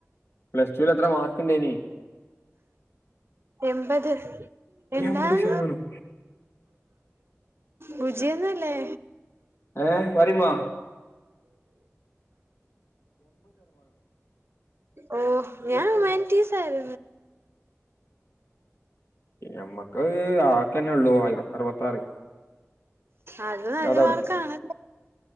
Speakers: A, on the left; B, on the right.
A: പ്ലസ് ടുൂവിൽ എത്ര മാർക്ക്ുണ്ടേനി
B: എപത് എന്നാൽ
A: എൺപത് ശതമാനം
B: ഭുചിയന്നല്ലേ
A: ഏ വരമാ
B: ഓ ഞാൻ സായത
A: ഉ മ്മക്ക് ആക്കന്നെ ഉള്ളൂ ആയി അറുപത്താറ്
B: അത് നല്ല
A: അതവിടെ
B: മാർക്കാണല്ലേ